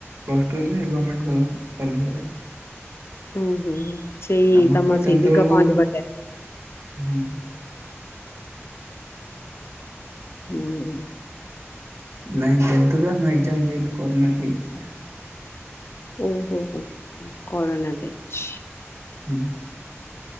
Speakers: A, on the right; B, on the left.
A: ପ୍ଲସ୍ ଟୁ ହେଲେ ଗଭର୍ଣ୍ଣମେଣ୍ଟ କଲେଜରେ।
B: ହୁଁ ହୁଁ ହଁ ସେଇ
A: ଆମର
B: ତମା
A: ତ ଟେନ୍ଥ
B: ସେଇ ଦିଗ
A: ବେଳକୁ
B: ପହଣ୍ଡ
A: ହୁଁ
B: ହୁଁ
A: ନାଇଁ ଟେନ୍ଥ ଦ ଆମ ଏକ୍ଜାମ ଦେଇନୁ କରୋନା ହେଇଥିଲା।
B: ଓ ହୋ ହୋ କରନା ବେଚ।
A: ହୁଁ।